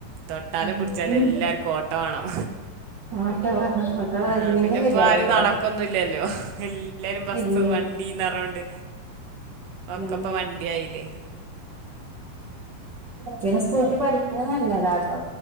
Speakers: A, on the right; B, on the right.
A: തൊട്ടാലും
B: ഉം
A: പിട് ച്ചാലും എല്ലാർക്കും ഓട്ടോ വാണം.
B: ഓട്ടോ വേണം ഓട്ടോ
A: ആഹ്
B: വരുന്നെങ്കിലും
A: പിന്നെ
B: ഗതികേടേക്കാരം
A: പ്പാരും നടക്കൊന്നുല്ലല്ലോ എല്ലാരും ബസ്സ്
B: ഇല്ലേ
A: വണ്ടീ ന്നർഞ്ഞോണ്ട് ഒക്കപ്പൊ
B: ഉം
A: വണ്ട്യായില്ലേ.
B: ചെല സ്കൂട്ടി പഠിക്കണെ നല്ലതാട്ടോ.